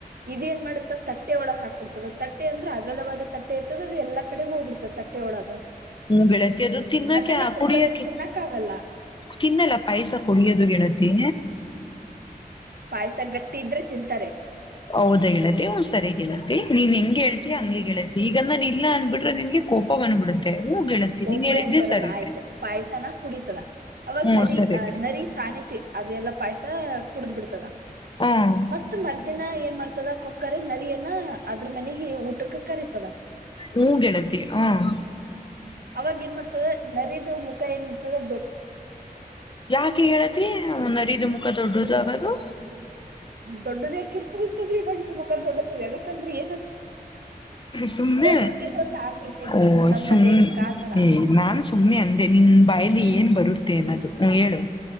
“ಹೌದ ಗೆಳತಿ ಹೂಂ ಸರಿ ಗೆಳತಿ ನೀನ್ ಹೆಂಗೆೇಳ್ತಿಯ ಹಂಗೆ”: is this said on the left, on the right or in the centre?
Left